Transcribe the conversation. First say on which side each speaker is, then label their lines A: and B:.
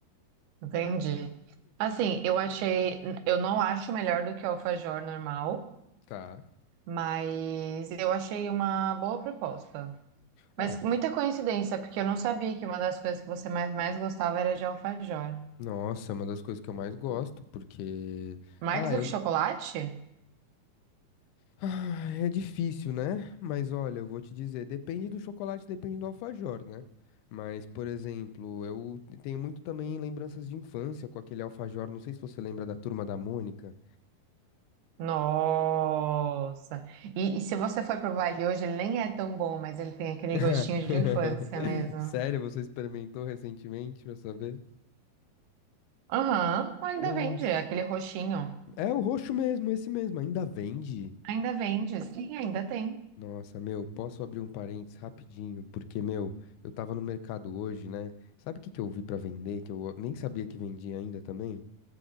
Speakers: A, on the right; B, on the left.
A: entendi. Assim, eu achei. Eu não acho melhor do que o alfajor normal,
B: Tá.
A: mas eu achei uma boa proposta.
B: Ah,
A: Mas muita coincidência, porque eu não sabia que uma das coisas que você mais, mais gostava era de alfajor.
B: nossa, é uma das coisas que eu mais gosto, porque.
A: Mais
B: Ah,
A: do
B: eu.
A: que chocolate?
B: Ah, é difícil, né? Mas olha, eu vou te dizer, depende do chocolate, depende do alfajor, né? Mas, por exemplo, eu tenho muito também lembranças de infância com aquele alfajor. Não sei se você lembra da Turma da Mônica.
A: Nossa. E, e se você for provar ele hoje, ele nem é tão bom, mas ele tem aquele
B: <laughs>
A: gostinho de infância mesmo.
B: Sério, você experimentou recentemente pra saber?
A: Aham, ainda
B: Nossa.
A: vende, aquele roxinho.
B: É o roxo mesmo, esse mesmo. Ainda vende?
A: Ainda vende, sim, ainda tem.
B: Nossa, meu, posso abrir um parênteses rapidinho? Porque, meu, eu tava no mercado hoje, né? Sabe o que que eu vi pra vender? Que eu nem sabia que vendia ainda também?